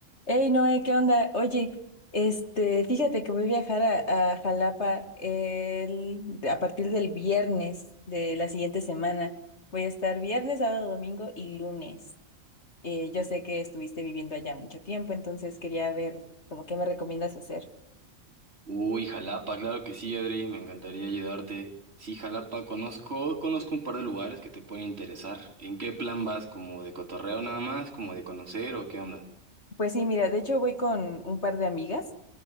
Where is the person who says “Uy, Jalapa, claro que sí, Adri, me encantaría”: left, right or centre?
Right